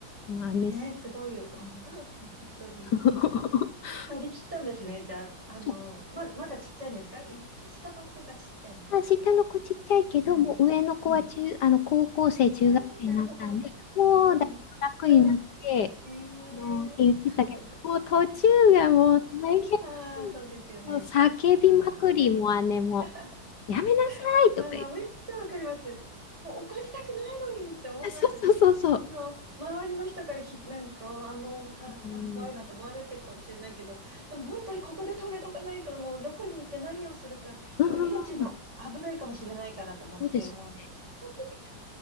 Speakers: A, on the left (about 65°); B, on the right (about 35°).
A: まあね、
B: ね、
A: そ
B: すごい。<laughs> 本当に。
A: う <laughs>
B: 乗り切ったんですね。じゃあ、あの、
A: そ
B: ま、まだちっちゃいんですかい、下の子がちっちゃいんだ。
A: うあ下の子ちっちゃいけど、
B: じゃあ。うん。
A: もう上の子は中、
B: うん。
A: あの、高校生、中学生になったんで、
B: ああ、なるほど。
A: もうだいぶ楽になって、
B: うん。うん。え
A: あのって言ってたけど、
B: え <laughs>
A: もう途中がもう大変。
B: ああ、そうですよね。
A: もう叫びまくりもう姉も、
B: ああ、わかります。<laughs>
A: やめなさいとか言って。
B: まあ、まあ、めっちゃわかります。もう怒りたくないのにって思いますよ。
A: <laughs> そうそうそうそう。
B: あの、周りの人からひ、なんか、あのお母さん怖いなと思われてるかもしれないけど、
A: うん、ね
B: でも本当にここで止めとかないと、もうどこに行って何をするか、
A: うんうんうん、
B: もう命も危ないかもしれないからと思って、
A: そうですよね。
B: もう、そっち行け